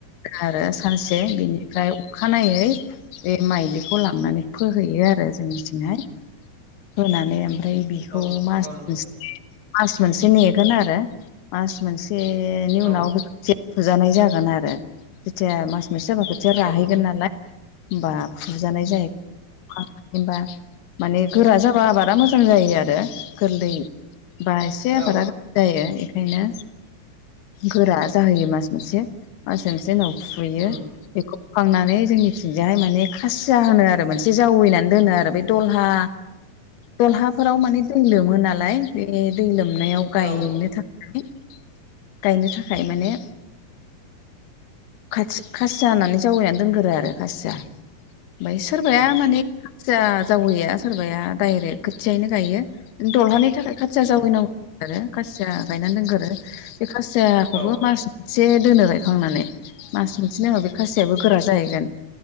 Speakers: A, on the left; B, on the right.
A: आरो सानसे बिनिफ्राय अखानायै बे माइलिखौ लांनानै फोहैयो आरो जोंनिथिंहाय फोनानै ओम फाय बेखौ
B: औ
A: मास
B: नंगौ नंगौ
A: <unintelligible>
B: थारैनो
A: मास मोनसे नेगोन आरो मास मोनसेनि
B: औ
A: उनाव <unintelligible> जानाय जागोन आरो जेथिया मास मोनसे जाबा खोथिया राहैगोन
B: औ
A: नाला होमबा फुजानाय जायो <unintelligible> माने गोरा जाबा आबारा मोजां जायो आरो गोर्लै बा एसे आबारा
B: औ
A: जायो एखायनो गोरा जाहोयो मास मोनसे। मास मोनसे उनाव फुयो
B: उम
A: खांनानै जोंनिथिंजायहाय माने खासिया होनो आरो मोनसे जावैनानै दोनो आरो बे दलहा दलहाफोराव माने दै लोमो नालाय बे दै लोमनायाव गायनो
B: औ
A: थाखाय गायनो थाखाय माने खाथि-खासिया होनानै जावैनानै दोनगोरो आरो खासिया। ओमफाय सोरबाया
B: अ अ
A: माने खासिया जावैया सोरबाया डायरेक्ट खोथियायैनो गायो। दलहानि थाखाय खाथिया
B: उम
A: जावैनांगौ आरो खासिया गायनानै दोनगोरो। बे खासियाखौबो
B: औ
A: मास मोनसे दोनो गायखांनानै मास मोनसेनि उनाव बे खासियाबो गोरा जाहैगोन।